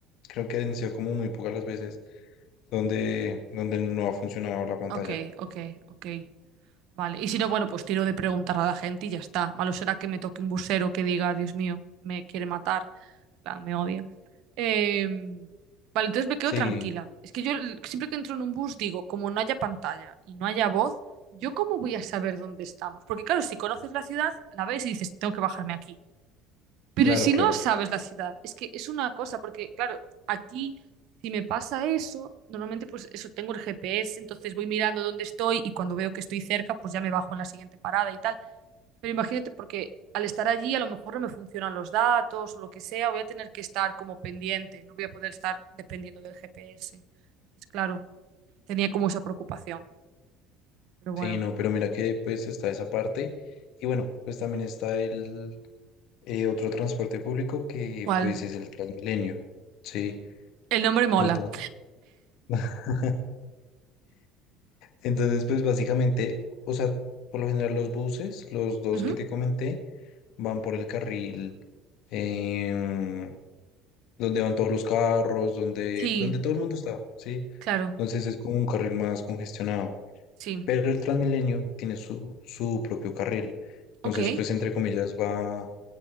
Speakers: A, on the left; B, on the right.
A: creo que han sido como muy pocas las veces donde, donde no ha funcionado la pantalla.
B: Ok, ok, ok. Vale. Y si no, bueno, pues tiro de preguntar a la gente y ya está. Malo será que me toque un busero que diga, Dios mío, me quiere matar. En plan, me odia. Eh, vale, entonces me quedo
A: Sí,
B: tranquila. Es que yo l- siempre que entro en un bus digo, como no haya pantalla y no haya voz, ¿yo cómo voy a saber dónde estamos? Porque claro, si conoces la ciudad, la ves y dices, tengo que bajarme aquí. Pero
A: claro,
B: si
A: claro.
B: no sabes la ciudad, es que es una cosa, porque claro, aquí si me pasa eso, normalmente pues eso tengo el GPS, entonces voy mirando dónde estoy y cuando veo que estoy cerca, pues ya me bajo en la siguiente parada y tal. Pero imagínate, porque al estar allí a lo mejor no me funcionan los datos o lo que sea, voy a tener que estar como pendiente, no voy a poder estar dependiendo del GPS. Entonces, claro, tenía como esa preocupación. Pero bueno,
A: Sí, no, pero mira que pues está esa parte y bueno, pues también está el eh, otro transporte público que
B: ¿cuál?
A: pues es el Transmilenio. Sí,
B: El nombre mola.
A: entonces, <laughs> entonces pues básicamente, o sea, por lo general los buses, los dos
B: Ujú.
A: que te comenté, van por el carril em, donde van todos los carros, donde,
B: Sí,
A: donde todo el mundo está, ¿sí?
B: claro,
A: Entonces es como un carril más congestionado.
B: sí.
A: Pero el Transmilenio tiene su, su propio carril. Entonces,
B: Ok.
A: pues, entre comillas, va